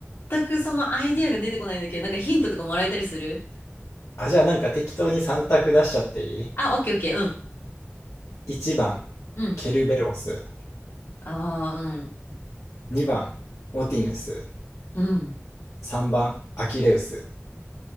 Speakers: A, on the left; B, on the left.
A: 全くそのアイディアが出てこないんだけど、なんかヒントとかもらえたりする
B: あ、じゃあなんか適当に3択出しちゃっていい
A: あ、オッケーオッケー、うん。
B: ?1 番、
A: うん。
B: ケルベロス。
A: ああ、うん。
B: 2番、オティヌス。
A: うん。
B: 3番、アキレウス。